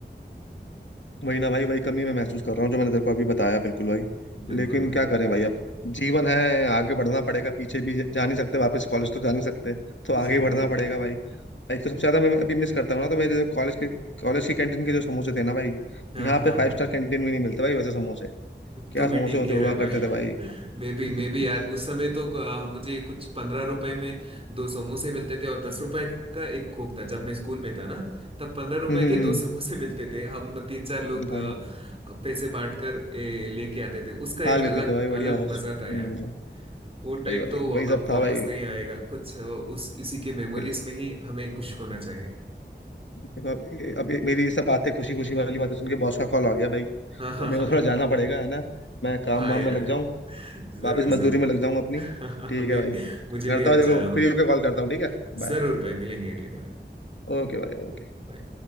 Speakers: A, on the left; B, on the right.
A: वही ना भाई वही कमी मैं महसूस कर रहा हूँ जो मैंने तेरे को अभी बताया बिल्कुल भाई
B: बिल्कुल
A: लेकिन
B: भाई
A: क्या करें भाई अब जीवन है आगे बढ़ना पड़ेगा पीछे भी जा नहीं सकते वापस कॉलेज तो जा नहीं सकते तो आगे
B: जरूर
A: ही बढ़ना पड़ेगा भाई एक तो सबसे ज्यादा मैं अभी मिस करता हूँ ना तो मेरे जो कॉलेज के कॉलेज की कैंटीन के जो समोसे थे ना भाई
B: हाँ
A: यहाँ
B: हाँ
A: पे फाइव
B: हाँ
A: स्टार कैंटीन में नहीं मिलते भाई वैसे समोसे क्या
B: तू भी
A: समोसे
B: ठीक
A: होते
B: कह
A: हुआ
B: रहे हो भाई
A: करते थे भाई
B: <laughs> मे बी
A: <laughs>
B: मे बी यार उस समय तो अ, मुझे कुछ पंद्रह रुपए में दो समोसे मिलते थे और दस रुपए का एक कोक था जब मैं स्कूल में था ना तब पंद्रह रुपए
A: हम्म हम्म,
B: के दो <laughs> समोसे मिलते थे हम तीन चार लोग
A: भाई
B: अ, पैसे बांट कर ए, लेके आते थे उसका एक
A: खा लेते
B: अलग
A: थे भाई बढ़िया
B: अलग
A: हम्म,
B: मजा था यार वो टाइम
A: भाई भाई
B: तो अब
A: वही सब
B: वापस
A: था भाई
B: नहीं आएगा कुछ अ, उस उसी के मेमोरीज
A: बिल्कुल
B: में ही हमें कुछ होना चाहिए
A: देखो अब ये- अब ये- मेरी ये सब बातें खुशी खुशी वाली बातें सुन के बॉस का कॉल आ गया भाई तो
B: <laughs> <laughs> हाँ
A: अब मेरे को थोड़ा जाना पड़ेगा है ना मैं काम वाम
B: यार
A: में लग जाऊँ
B: जरूर
A: वापस मजदूरी
B: जरूर
A: में लग जाऊँ अपनी ठीक
B: <laughs> मे
A: है भाई
B: भी मुझे
A: करता
B: भी अब
A: हूँ देखो
B: जाना होगा
A: फ्री होके कॉल करता हूँ ठीक है बाय
B: जरूर भाई मिलेंगे अगली बार
A: ओके भाई ओके
B: Bye.